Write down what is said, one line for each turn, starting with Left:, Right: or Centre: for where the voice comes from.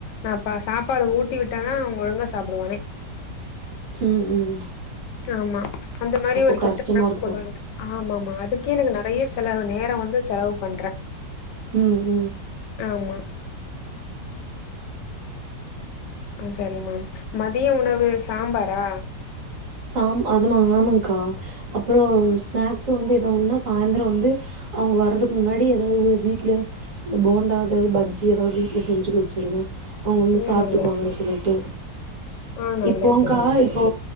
Left: நா பா சாப்பாடு ஊட்டி விட்டாதா அவ ஒழுங்கா சாப்பிடுவானே
Right: ம் ம்
Left: ஆமா அந்த மாரி
Right: அப்போ
Left: ஒரு கெட்ட
Right: கஷ்டமா
Left: பழக்க
Right: இருக்கு
Left: கொண்டு வந்துட்ட ஆமாமா அதுக்கே எனக்கு நெறைய செலவு நேர வந்து செலவு பண்ற
Right: ம் ம்
Left: ஆமா ஆ சரி மாம் மதிய உணவு சாம்பாரா
Right: சாம் அதமா ஆமாங்க்கா அப்பற ஸ்நாக்ஸ் வந்து எதோ ஒன்னா சாயந்தர வந்து அவங்க வர்றதுக்கு முன்னாடி எதாவது வீட்ல இந்த போண்டா எதாது பஜ்ஜி எதாது வீட்ல செஞ்சு வெச்சிருவே அவங்க வந்து
Left: ம்
Right: சாப்ட்டுக்குவாங்கன்
Left: நல்ல விஷயம்
Right: சொல்லிட்டு
Left: ஆ நல்ல
Right: இப்போங்க்கா
Left: விஷயமா
Right: இப்போ